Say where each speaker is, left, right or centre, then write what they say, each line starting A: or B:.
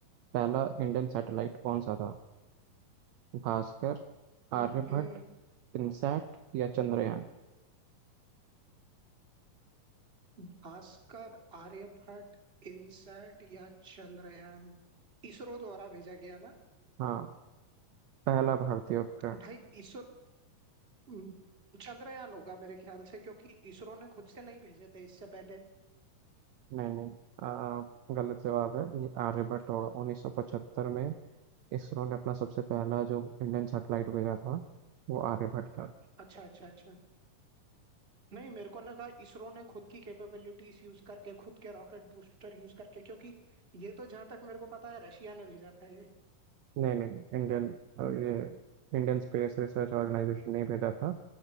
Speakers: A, on the right; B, on the right.
A: पहला इंडियन सैटेलाइट कौन सा था भास्कर
B: हम्म,
A: आर्यभट्ट
B: हम्म।
A: इनसैट या चंद्रयान
B: भास्कर आर्यभट्ट इनसैट या चंद्रयान इसरो द्वारा भेजा गया ना
A: हाँ पहला भारतीय उपग्रह
B: भाई इसरो हम्म, चंद्रयान होगा मेरे ख्याल से क्योंकि इसरो ने खुद से नहीं भेजे थे इससे पहले
A: नहीं नहीं आ, गलत जवाब है ये आर्यभट्ट होगा 1975 में इसरो ने अपना सबसे पहला जो इंडियन सैटेलाइट भेजा था वो आर्यभट्ट था
B: अच्छा अच्छा अच्छा नहीं मेरे को लगा इसरो ने खुद की कैपेबिलिटीज यूज करके खुद के रॉकेट बूस्टर यूज करके क्योंकि ये तो जहां तक मेरे को पता है रशिया ने भेजा था ये
A: नहीं नहीं नहीं, इंडियन अ, ये इंडियन स्पेस रिसर्च ऑर्गेनाइजेशन ने भेजा था